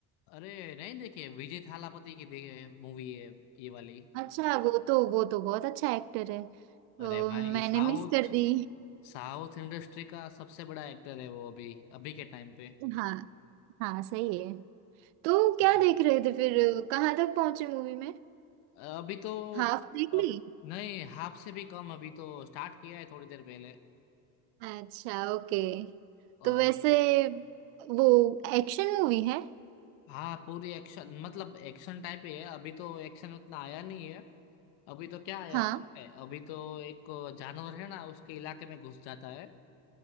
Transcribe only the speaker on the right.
अच्छा वो तो वो तो बहुत अच्छा एक्टर है
तो
मैंने
मिस कर दी
हाँ हाँ सही है तो क्या
देख रहे थे फिर कहाँ तक पहुंचे मूवी में
हाफ देख
ली
अच्छा ओके
तो वैसे वो एक्शन मूवी है
हाँ